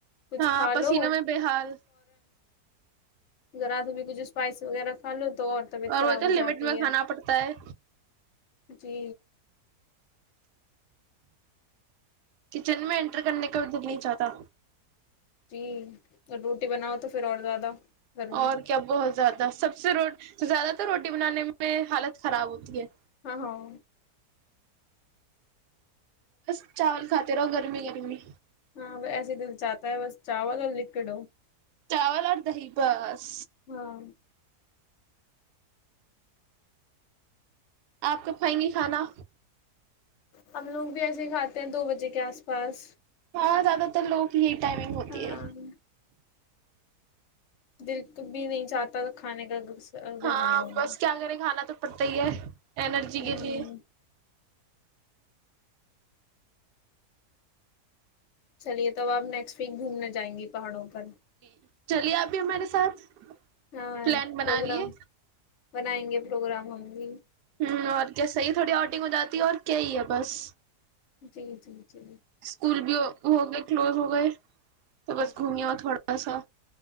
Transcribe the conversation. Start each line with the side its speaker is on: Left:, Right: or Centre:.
Left: کچھ
Right: ہاں
Left: کھا
Right: پسینوں
Left: لو
Right: میں بےحال
Left: گ رات بھی کچھ اسپائس وغیرہ کا لو تو طبیعت
Right: اور
Left: خراب
Right: وہ تو
Left: ہو
Right: لمٹ
Left: جاتی
Right: میں کھانا
Left: ہے
Right: پڑتا ہے
Left: جی
Right: کچن میں انٹر کرنے کا دل نہیں چاہتا
Left: جی اور روٹی بناؤ تو پھر اور زیادہ گرمی
Right: اور کیا بہت زیادہ سب سے روڈ زیادہ تر روٹی بنانے میں حالت خراب ہوتی ہے
Left: ہاں ہاں
Right: بس چاول کاتے رہو گھر گرمی گرمی
Left: ہاں ایسے دل چاہتا ہے بس چاول اور لکوڈو
Right: چٹاول اور دہی بس
Left: ہاں
Right: آپ کب کھائیں گی کھانا
Left: ہم لوگ بھی ایسے ہی کھاتے ہیں دو بجے کے آس پاس
Right: اور زیادہ تر لگ ہی ٹائمنگ ہوتی
Left: ہاں
Right: ہے
Left: دل بھی نہیں چاہتا تھا کھانے کا
Right: ہاں
Left: گرمیوں میں
Right: بس کیا کریں کھانا تو پتی ہے انرجی
Left: ہ
Right: کے تھے
Left: چلیے توب آپ نیکسٹ ویک گھومنے جائیں گی پہاڑوں پر
Right: جی چلیے آپھی ہمارے ساتھ
Left: ہاں
Right: پلان بنا
Left: پروگرام
Right: لیے
Left: بنائیں گے پروگرام ہوں گی
Right: ہوں اور کیا صحی ہے تھوڑی آ ٹگ ہو جاتی ہے اور کیا ہی ہے بس
Left: جی جی جی
Right: اسکول بھی ہو گئے کلوز ہو گئے تو
Left: ہاں
Right: بس گھمی ہو تھوڑا سسو